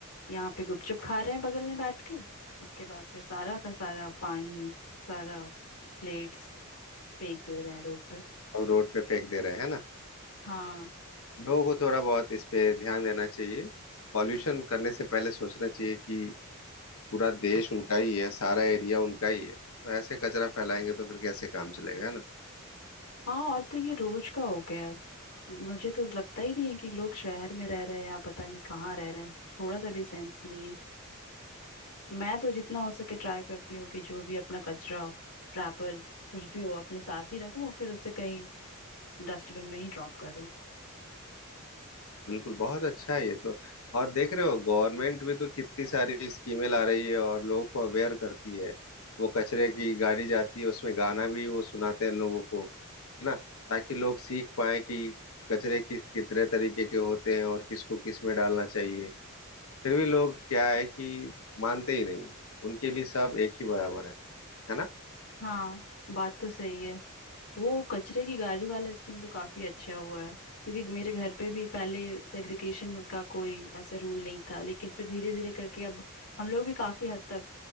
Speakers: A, on the left; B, on the left.
A: यहाँ पे गुपचुप खा रहे हैं बगल में बैठ के उसके बाद फिर सारा का सारा पानी सारा प्लेट्स फेंक दे रहे हैं रोड पे
B: हम रोड पे फेंक दे रहे हैं है ना
A: हाँ
B: लोगों को थोड़ा बहुत इस पे ध्यान देना चाहिए पॉल्यूशन करने से पहले सोचना चाहिए कि पूरा देश उनका ही है सारा एरिया उनका ही है तो ऐसे कचरा फैलाएंगे तो फिर कैसे काम चलेगा है ना
A: हाँ और तो ये रोज का हो गया है मुझे तो लगता ही नहीं है कि लोग शहर में रह रहे हैं या पता नहीं कहाँ रह रहे हैं थोड़ा सा भी सेंस नहीं है मैं तो जितना हो सके ट्राई करती हूँ कि जो भी अपना कचरा रैपर कुछ भी हो अपने साथ ही रखूं और फिर उसे कहीं डस्टबिन में ही ड्रॉप करूँ
B: बिल्कुल बहुत अच्छा है ये तो और देख रहे हो गवर्नमेंट भी तो कितनी सारी स्कीमें ला रही है और लोगों को अवेयर करती है वो कचरे की गाड़ी जाती है उसमें गाना भी वो सुनाते हैं लोगों को है ना ताकि लोग सीख पाए कि कचरे किस कितने तरीके के होते हैं और किसको किस में डालना चाहिए फिर भी लोग क्या है कि मानते ही नहीं उनके लिए सब एक ही बराबर है है ना
A: हाँ बात तो सही है वो कचरे की गाड़ी वाला स्कीम तो काफी अच्छा हुआ है क्योंकि मेरे घर पे भी पहले सेग्रीगेशन का कोई ऐसा रूल नहीं था लेकिन फिर धीरे धीरे करके अब हम लोग भी काफी हद तक